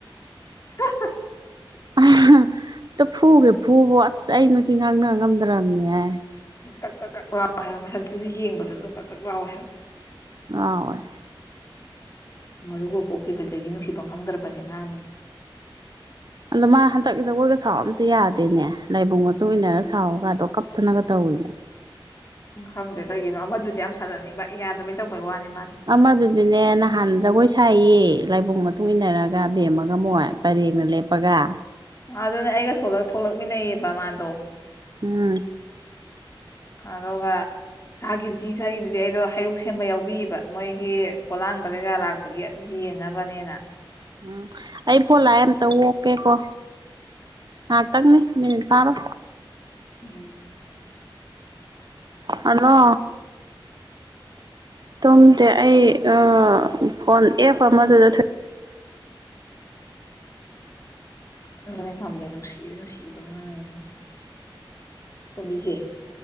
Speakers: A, on the left; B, on the right.
A: <unintelligible>
B: <unintelligible> ꯑꯝꯇ ꯐꯨꯒꯦ ꯐꯨꯕꯨ ꯑꯁ ꯑꯩ ꯃꯁꯤ ꯉꯥꯡꯅ ꯉꯝꯗ꯭ꯔꯕꯅꯦꯍ
A: ꯨꯀꯛ ꯀꯛꯀꯛ ꯂꯥꯎꯋꯦ ꯍꯥꯏꯕ ꯃꯁꯛꯇꯨꯁꯨ ꯌꯦꯡꯕꯗꯁꯨ ꯀꯛ ꯀꯛ ꯂꯥꯎꯋꯦ ꯍꯥꯏꯕ
B: <unintelligible>
A: ꯃꯔꯨꯒ ꯀꯣꯛꯈꯤꯕꯗꯒꯤ ꯅꯨꯡꯁꯤꯐꯝ ꯈꯪꯗ꯭ꯔꯕꯅꯦ ꯑꯉꯥꯡꯅꯤ
B: ꯑꯗꯣ ꯃꯥ ꯍꯟꯗꯛ ꯖꯒꯣꯏꯒ ꯁꯥꯎ ꯑꯝꯇ ꯌꯥꯗꯦꯅꯦ ꯂꯥꯏꯕꯨꯡ ꯃꯇꯨꯡ ꯏꯟꯅꯔꯒ ꯁꯥꯎꯒꯗꯣ ꯀꯞꯇꯅꯒ ꯇꯧꯏꯅꯦ꯫ <inaudible>
A: ꯎꯝ ꯈꯪꯗ꯭ꯔꯦ ꯀꯩꯒꯤꯅꯣ ꯑꯃꯗꯨꯗꯤ ꯌꯥꯝ ꯁꯥꯖꯅꯤꯡꯕ ꯌꯥꯗꯕꯩ ꯇꯧꯕꯩ ꯋꯥꯅꯤ ꯃꯥꯗꯤ
B: ꯑꯃꯗꯨꯗꯤꯅꯦ ꯅꯍꯥꯟ ꯖꯒꯣꯏ ꯁꯥꯏꯌꯦ ꯂꯥꯏꯕꯨꯡ ꯃꯇꯨꯡ ꯏꯟꯅꯔꯒ ꯕꯦꯝꯃꯒ ꯃꯣꯏ ꯄꯔꯦꯡꯅ ꯂꯦꯞꯄꯒ
A: ꯑꯗꯨꯅꯦ ꯑꯩꯒ ꯊꯣꯛꯂꯛ ꯊꯣꯛꯂꯛꯃꯤꯟꯅꯩꯌꯦꯕ ꯃꯥꯗꯣ꯫
B: ꯎꯝ
A: ꯑꯗꯣꯒ ꯆꯥꯒꯤꯕꯁꯤ ꯆꯥꯒꯤꯕꯁꯤ ꯑꯩꯗꯣ ꯍꯩꯔꯨꯛ ꯁꯦꯝꯕ ꯌꯥꯎꯕꯤꯌꯦꯕ ꯃꯣꯏꯒꯤ ꯄꯣꯂꯥꯟꯕ ꯀꯩꯀꯥ ꯂꯥꯛꯄꯒꯤ <unintelligible>
B: ꯎꯝ ꯑꯩ ꯐꯣ ꯂꯥꯛꯑꯦ ꯑꯃꯇ ꯑꯣꯀꯦꯀꯣ꯫ ꯉꯥ ꯇꯪꯅꯤ ꯃꯤꯅꯤꯠ ꯐꯥꯔꯣ
A: <unintelligible>
B: ꯍꯜꯂꯣ ꯇꯨꯝꯗꯦ ꯑꯩ ꯑ ꯐꯣꯟ ꯑꯦꯞ ꯑꯃꯗꯨꯗ
A: ꯑꯗꯨꯒꯅꯦ ꯈꯪꯕꯔꯥ ꯅꯨꯡꯁꯤ ꯅꯨꯡꯁꯤ ꯑꯉꯥꯡ <unintelligible> ꯇꯣꯝꯕꯤꯖꯦ